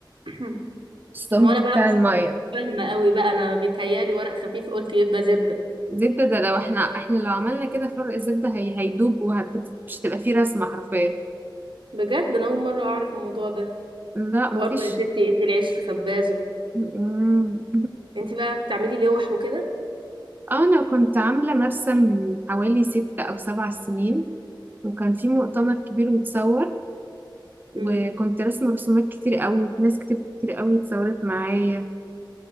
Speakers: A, on the right; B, on the right.
A: <clears throat>
B: السمك
A: ما هو انا بقى
B: بتاع
A: مش
B: المية
A: مش فاهمه قوي بقى انا بيتهيألي ورق خفيف قلت يبقى زبده
B: زبدة ده لو احنا احنا لو عملنا كده فرق الزبدة هي هيدوب ومش هتبقى فيه رسمة حرفيا
A: بجد انا اول مره اعرف الموضوع ده
B: لا مفيش
A: برضه يا ستي ادي العيش لخبازه
B: مم.
A: انت بقى بتعملي لوح وكده
B: <laughs> انا كنت عاملة مرسم من حوالي ست او سبع سنين وكان في مؤتمر كبير واتصور وكنت
A: امم
B: رسمة رسومات كتير قوي وناس كتير كتير قوي اتصورت معايا